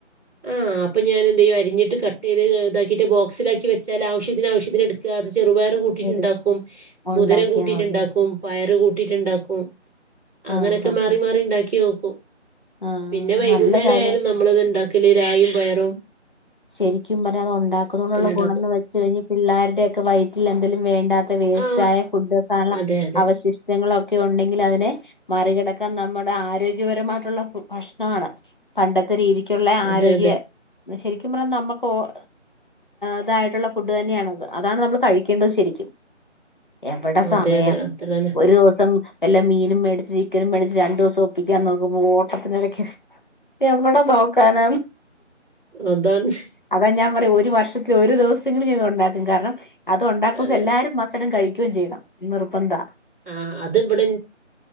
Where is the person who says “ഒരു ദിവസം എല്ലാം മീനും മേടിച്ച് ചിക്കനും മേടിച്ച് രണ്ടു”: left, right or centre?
Left